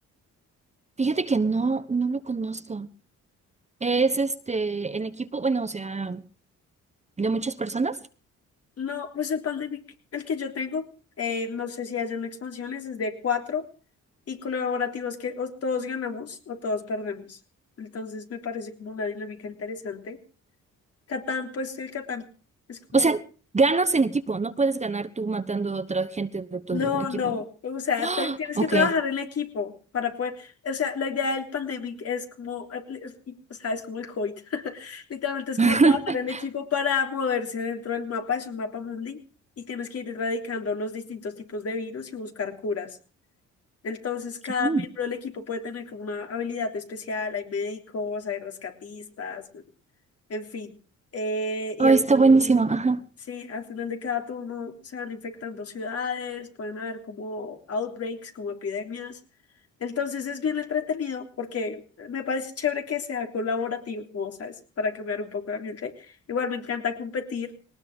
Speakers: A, on the right; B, on the left.
A: Fíjate que no, no lo conozco. Es este, en equipo, bueno, o sea, de muchas personas.
B: No, pues el Pandemic, el que yo tengo, eh, no sé si hay una expansión, ese es de cuatro y colaborativos que o todos ganamos o todos perdemos. Entonces me parece como una dinámica interesante. Catán, pues el Catán. Es como
A: O sea, ganas en equipo, no puedes ganar tú matando a otra gente de tu
B: No,
A: equipo.
B: no, o sea,
A: ¡Ah!
B: te- tienes
A: Ok.
B: que trabajar en equipo para poder, o sea, la idea del pandemic es como, apli- es- y- o sea, es como el COVID, <laughs> literalmente es como
A: <laughs>
B: trabajar en equipo para moverse dentro del mapa, es un mapa mundi, y tienes que ir erradicando los distintos tipos de virus y buscar curas. Entonces, cada
A: Mm.
B: miembro del equipo puede tener como una habilidad especial, hay médicos, hay rescatistas, bueno, en fin. Eh, y
A: Oh,
B: al
A: está buenísimo. Ajá.
B: Sí, al final de cada turno se van infectando ciudades, pueden haber como outbreaks, como epidemias. Entonces es bien entretenido porque me parece chévere que sea colaborativo, ¿sabes? Para cambiar un poco el ambiente. Igual me encanta competir.